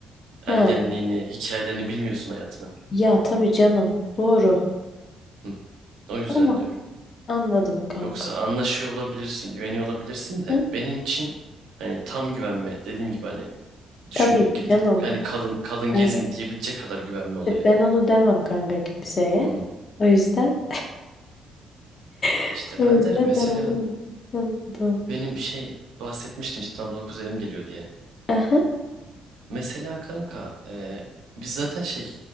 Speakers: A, on the left; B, on the right.
A: Ha,
B: ergenliğini, hikayelerini bilmiyorsun hayatını.
A: ya tabii canım. Doğru.
B: Hı, o yüzden
A: Ama
B: diyorum.
A: anladım kanka.
B: Yoksa anlaşıyor olabilirsin, güveniyor olabilirsin de
A: Hı?
B: benim için hani tam güvenme dediğim gibi hani düşün
A: Tabii
B: ya, gidip
A: canım.
B: hani kalın kalın
A: Ben,
B: gezin diyebilecek kadar güvenme olayı.
A: ben onu demem kanka kimseye.
B: Hı hı.
A: O yüzden <laughs>
B: İşte
A: o
B: ben
A: yüzden
B: derim mesela
A: ben onu anladım.
B: bu benim şey bahsetmiştim İstanbul'a kuzenim geliyor diye.
A: Aha.
B: Mesela kanka e, biz zaten şey